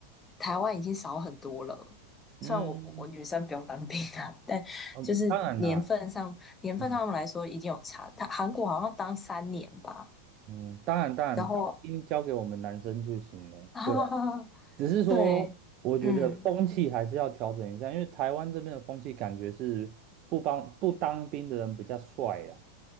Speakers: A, on the left; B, on the right.
A: 台湾已经少很多了。
B: 嗯，
A: 虽然我我女生不用当兵啊，但就是年份上年份上来说已经有差。
B: 嗯，当然啦，嗯
A: 他韩国好像当三年吧，
B: 嗯，当然当然，
A: 然后
B: 当兵交给我们男生就行了。
A: <laughs> 哈哈哈哈，
B: 对啊只是说我觉得风气还是要调整一下，
A: <laughs> 对，嗯
B: 因为台湾这边的风气感觉是不帮不当兵的人比较帅啦。